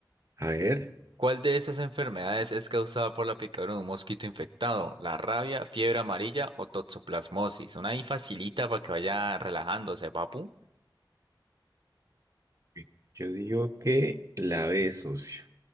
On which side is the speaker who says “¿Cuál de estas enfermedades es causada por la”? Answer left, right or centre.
Right